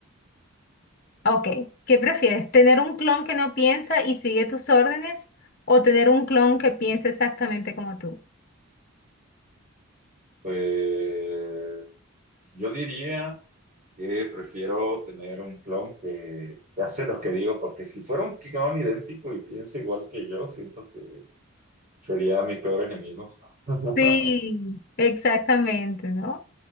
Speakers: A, on the left; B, on the right.
A: Ok, ¿qué prefieres? ¿Tener un clon que no piensa y sigue tus órdenes o tener un clon que piensa exactamente como tú?
B: Pues yo diría que prefiero tener un clon que que hace lo que digo, porque si fuera un clon idéntico y piensa igual que yo, siento que sería mi peor enemigo. <laughs>
A: Sí, exactamente, ¿no?